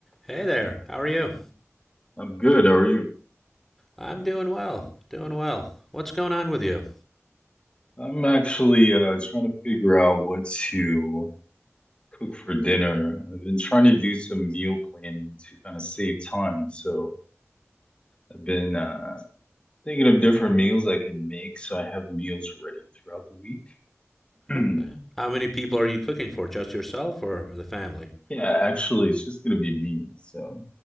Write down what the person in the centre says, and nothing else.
Hey there, how are you?
I'm doing well, doing well. What's going on with you?
Okay.
How many people are you cooking for? Just yourself or the family?